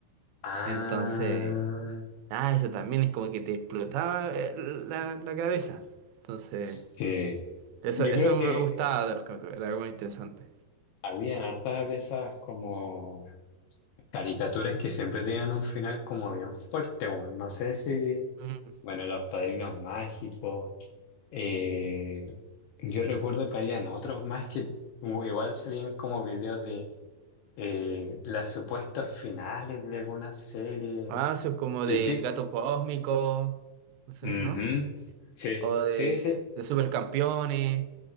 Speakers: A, on the left; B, on the right.
A: Ah,
B: Entonces. Ah, eso también es como que te explotaba eh, la, la cabeza. Entonces,
A: sí.
B: eso,
A: Yo
B: eso
A: creo que
B: me gustaba de los capítulos, era muy interesante.
A: habían hartas de esas como Caricaturas que siempre tenían un final como bien fuerte, bueno, no sé si,
B: Ujú.
A: bueno, Los Padrinos Mágicos, eh, yo recuerdo que habían otros más que u- igual salían como videos de eh, las supuestas finales de alguna serie,
B: Ah, eso es como
A: y
B: del
A: sí,
B: gato cósmico, no sé,
A: ujú,
B: ¿no?
A: Sí,
B: O de,
A: sí, sí,
B: de supercampeones